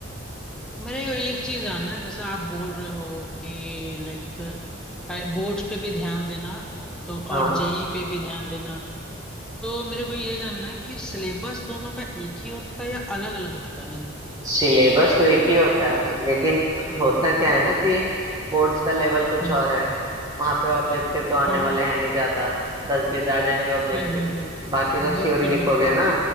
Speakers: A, in the centre; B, on the right (about 20°).
A: मेरे को एक चीज जानना है जैसे आप बोल रहे हो कि लाइक बोर्ड्स पे भी ध्यान देना तो
B: हाँ
A: और जेई पे भी ध्यान देना तो मेरे को ये जानना है कि सिलेबस दोनों का एक ही होता है या अलग अलग होता है इन
B: सिलेबस तो एक ही होता है भाई लेकिन होता क्या है ना कि बोर्ड्स का लेवल कुछ
A: हम्म
B: और है वहाँ पे ऑब्जेक्टिव तो आने
A: हम्म
B: वाले हैं नहीं ज्यादा दस बीस आ जाएंगे ऑब्जेक्टिव
A: हम्म हम्म हम्म,
B: बाकी तो
A: बिल्कुल
B: थ्योरी लिखोगे
A: बिल्कुल
B: ना